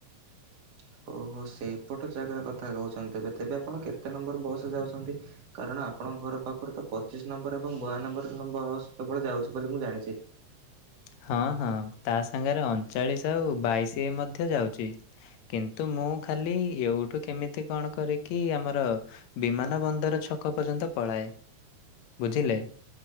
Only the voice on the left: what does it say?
ହଁ ହଁ ତା ସାଙ୍ଗରେ ଅଣଚାଳିଶ ଆଉ ବାଇଶି ମଧ୍ୟ ଯାଉଛି। କିନ୍ତୁ ମୁଁ ଖାଲି ଏଉଠୁ କେମିତି କଣ କରିକି ଆମର ବିମାନ ବନ୍ଦରଛ ଛକ ପର୍ଯ୍ୟନ୍ତ ପଳାଏ ବୁଝିଲେ?